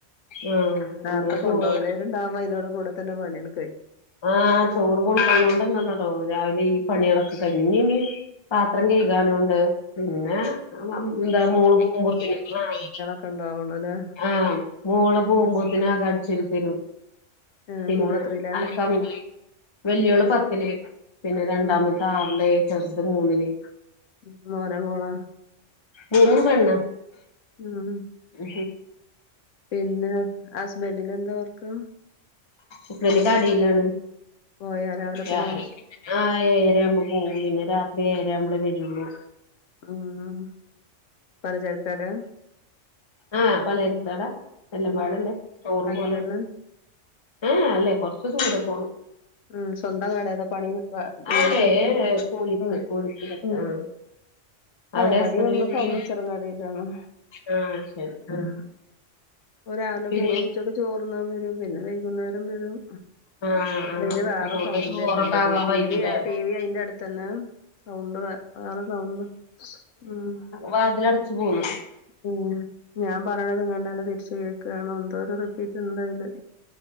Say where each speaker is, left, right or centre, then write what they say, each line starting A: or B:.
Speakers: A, on the left; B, on the left.
A: ആ
B: നേർത്തെ
A: നമ്മള്
B: കൊണ്ടുപോകയലാരുണ്ടാവുമ്പോ
A: ചോറ്
B: അയ്ന്റോട് കൂടെ തന്നെ പണിയാണ്
A: ആഹ് ചോറ് കുട്ടാനോണ്ടന്ന ന്നടവുലാ രാവിലെ ഈ പണ്യേളക്കെ കഴിഞ്ഞു ഞ് ഞ് പാത്രം കഴുകാനുണ്ട് പിന്നെ ഉം എന്താ മൂള് പോകുമ്പോത്തിന് <unintelligible>
B: ക്കെ ഉണ്ടാവുള്ളൂലേ
A: ആഹ് മോള് പോകുമ്പോത്തിനകട്ചേരി തരും.
B: ഏഹ്
A: പിന്നെ
B: മോളെത്രയിലാ
A: അൽക്കാ <unintelligible> വെല്ലിയോള് പത്ത്ല് പിന്നെ രണ്ടാമത്ത
B: ഉം
A: ആർല് ചെർത് മൂന്നില്
B: ഉം മോന മോള
A: ഞങ്ങളും കടന്നൊ
B: ഉമ്
A: ഉ
B: പിന്നെ ഹസ്ബൻഡിന് എന്താവർക്ക്
A: ഉപ്പേന്റെ കടയിലാണ്
B: പോയാ രാവിലെ
A: ഞാന്
B: പോവാ
A: ആഹ് ഏയരരാകുമ്പോ പോകും പിന്നെ രാത്രി ഏരര ആമ്പഴെ വരുള്ളു
B: ഉം പലചരക്ക് കടയാ
A: ആഹ് പലയരക്കട എല്ല പാടല്ലേ
B: ഉം
A: സ്റ്റൊറ്
B: അടുത്തന്നെ
A: പോലെ ആഹ് അല്ലെ കൊറച്ച് ദൂരെ പോണം
B: ഉം സ്വന്തം കടെലെ പണി നിക്വ ജോലി
A: അല്ലേ
B: കയറിനി
A: കൂലിക്ക്
B: ഉം
A: കൂലിക്ക്
B: ഉം
A: ആഹ് അവിടെ
B: ആഹ് ഇവിടെയും
A: ഹസ്ബന്റിന്
B: ഒന്ന് ഫർണിച്ചറും കടയിലന്ന്
A: ആഹ് ശരി ആഹ്
B: ഒരാവിലെ
A: പിന്നെ
B: പോയി ഇനി ഉച്ചക്ക് ചോർന്നാൻ വരും പിന്നെ വൈകുന്നേരം വരും
A: ആഹ് ആഹ്
B: അതില് വേറെ
A: അതോണ്ട്
B: സൗണ്ട്
A: ചോറൊക്കെ
B: <unintelligible>
A: ആകാൻ
B: ഡി ടി
A: വൈകൂലേ
B: വി ടി വി അയിന്റെ അടുത്ത്ന്നെ സൗണ്ട് വ വേറെ സൗണ്ട് ഉം
A: വാതില അടച്ചു പോുന്നു
B: ഉം ഞാൻ പറയണത് കണ്ടന്നെ തിരിച്ചു കേൾക്കുകയണോ എന്തോ ഒരു റിപ്പീറ്റ് ഉണ്ടായല്